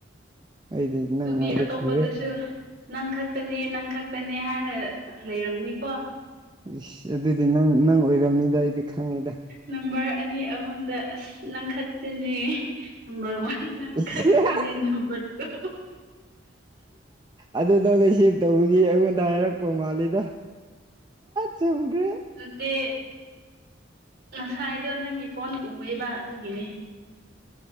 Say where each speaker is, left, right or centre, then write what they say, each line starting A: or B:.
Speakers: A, on the right; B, on the right.
A: ꯑꯩꯗꯤ ꯅꯪ
B: ꯅꯨꯄꯤ
A: ꯉꯥꯏꯕ
B: ꯑꯇꯣꯞꯄꯗꯁꯨ
A: ꯀꯨꯏꯔꯦ
B: ꯅꯪ ꯈꯛꯇꯅꯦ ꯅꯪ ꯈꯛꯇꯅꯦ ꯍꯥꯏꯔ ꯂꯩꯔꯝꯅꯤꯀꯣ
A: ꯏꯁ ꯑꯗꯨꯗꯤ ꯅꯪ ꯅꯪ ꯑꯣꯏꯔꯕꯝꯅꯤꯗ ꯑꯩꯗꯤ ꯈꯪꯉꯤꯗ
B: ꯅꯝꯕꯔ ꯑꯅꯤ ꯑꯍꯨꯝꯗ ꯑꯁ ꯅꯪꯈꯠꯇꯅꯦ ꯅ ꯋꯥꯟꯪ
A: ꯏꯁ
B: ꯀꯥꯛꯇꯅꯤ ꯅ ꯄꯠꯇꯣ
A: ꯑꯗꯨ ꯅꯪꯅ ꯁꯦꯞ ꯇꯧꯕꯒꯤ ꯑꯩꯉꯣꯟꯗ ꯍꯥꯏꯔꯛꯄ ꯃꯥꯂꯦꯗ ꯆꯨꯝꯒ꯭ꯔꯦ
B: ꯅꯠꯇꯦ ꯉꯁꯥꯏꯗꯣ ꯅꯪꯒꯤ ꯐꯣꯟ ꯎꯑꯦꯕ ꯑꯗꯨꯒꯤꯅꯤ